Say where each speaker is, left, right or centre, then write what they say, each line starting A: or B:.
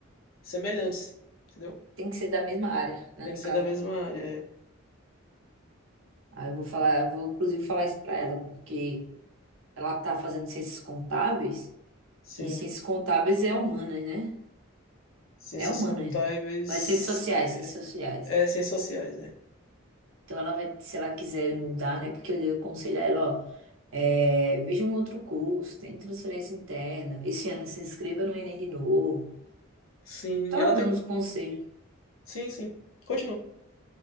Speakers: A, on the left; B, on the right.
A: semelhantes, entendeu?
B: Tem que ser da mesma área, né,
A: Tem
B: no
A: que ser
B: caso.
A: da mesma área, é.
B: Ah, eu vou falar, eu vou inclusive falar isso para ela, porque ela tá fazendo ciências contábeis.
A: Sim.
B: E ciências contábeis é humanas, né?
A: Ciências
B: É humanas.
A: contábeis,
B: Vai ser sociais, ciências sociais.
A: é, ciências sociais, é.
B: Então ela vai, se ela quiser mudar, né? Porque eu dei o conselho a ela, ó, é, veja um outro curso, tem transferência interna. Esse ano se inscreva no Enem de novo.
A: Sim,
B: Tava
A: ela
B: dando
A: tem.
B: uns conselhos.
A: Sim, sim. Continua.